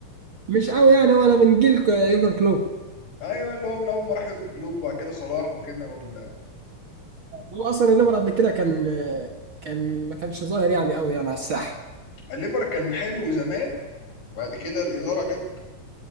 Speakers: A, on the right; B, on the left.
A: مش قوي يعني وانا من جيل ك- يورجن كلوب
B: ايوه اللي هو من اول ما راح يورجن كلوب وبعد كده صلاح وكده وال...
A: هو اصلا الليفر قبل كده كان كان ما كانش ظاهر يعني قوي يعني على الساحه
B: الليفر كان حلو زمان بعد كده الاداره جت